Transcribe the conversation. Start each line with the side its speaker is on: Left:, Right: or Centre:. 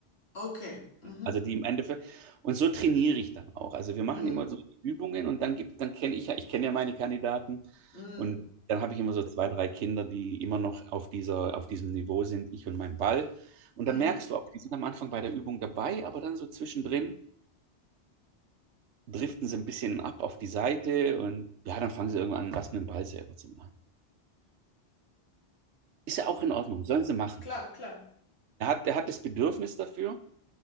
Left: Okay. Mhm.
Right: Also die im Endeffekt, und so trainiere ich dann auch. Also wir machen
Left: Mhm.
Right: immer so Übungen und dann gibt, dann kenne ich ja, ich kenne ja meine Kandidaten
Left: Mhm.
Right: und dann habe ich immer so zwei, drei Kinder, die immer noch auf dieser, auf diesem Niveau sind, ich und mein Ball. Und
Left: Mhm.
Right: da merkst du auch, die sind am Anfang bei der Übung dabei, aber dann so zwischendrin driften sie ein bisschen ab auf die Seite und ja, dann fangen sie irgendwann an, was mit dem Ball selber zu machen. Ist ja auch in Ordnung, sollen sie machen.
Left: Klar, klar.
Right: Er hat, er hat das Bedürfnis dafür